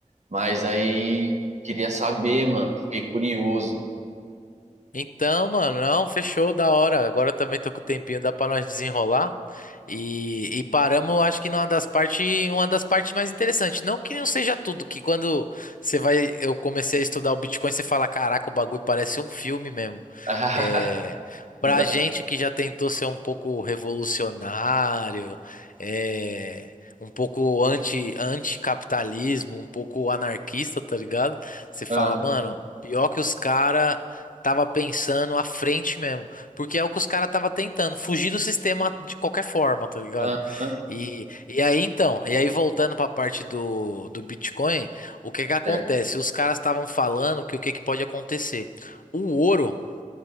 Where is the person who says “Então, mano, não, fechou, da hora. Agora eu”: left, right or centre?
Left